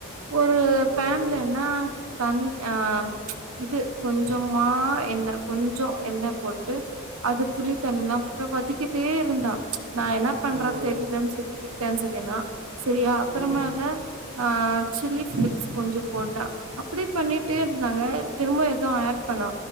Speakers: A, on the right; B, on the right.
A: ஒரு
B: ம்
A: பேன்லேனா தண் அ இது கொஞ்சமா எண்ணெ கொஞ்சோ எண்ணெ போட்டு அது புள்ளித்தண்ணிலா போட்டு வதக்கிட்டே இருந்தா நா என்ன பண்றா
B: ம்
A: தெரிலன்னு சொல்லி விட்டே சரியனா சரியா அப்புறமால
B: ம்
A: ஆ சில்லி ஃபிளேக்ஸ் கொஞ்சோ போட்டா அப்டியே பண்ணிட்டே இருந்தாங்க திரும்பவு எதோ ஆட் பண்ணா